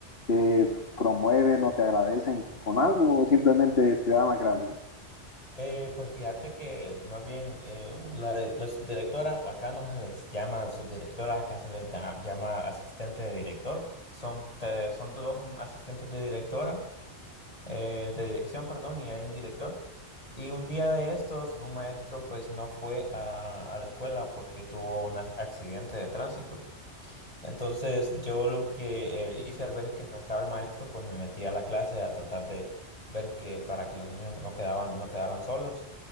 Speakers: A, on the left; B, on the left.
A: te promueven o te agradecen con algo o simplemente te dan las gracias.
B: Eh, pues fíjate que más bien eh, la, la subdirectora, o acá no se les llama subdirectora, acá se les da- llama asistente de director. Son, te- son dos asistentes de directora, eh, de dirección, perdón, y hay un director. Y un día de estos, un maestro pues no fue a, a la escuela porque tuvo un ac- accidente de tránsito. Entonces yo lo que eh, hice al ver es que no estaba el maestro, pues me metí a la clase a tratar de ver que para que los niños no quedaban, no quedaran solos.